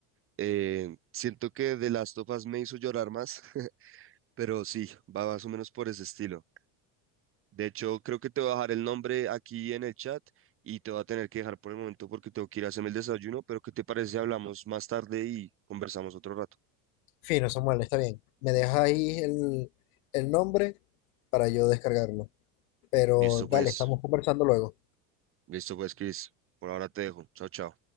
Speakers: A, on the right (about 30°); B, on the left (about 80°).
A: Eh, siento que The Last of Us me hizo llorar más, <laughs> pero sí, va más o menos por ese estilo. De hecho, creo que te voy a dejar el nombre aquí en el chat y te voy a tener que dejar por el momento porque tengo que ir a hacerme el desayuno, pero ¿qué te parece si hablamos más tarde y conversamos otro rato?
B: Fino, Samuel, está bien. Me dejas ahí el, el nombre para yo descargarlo. Pero
A: Listo pues,
B: dale, estamos conversando luego.
A: listo pues, Chris. Por ahora te dejo. Chao, chao.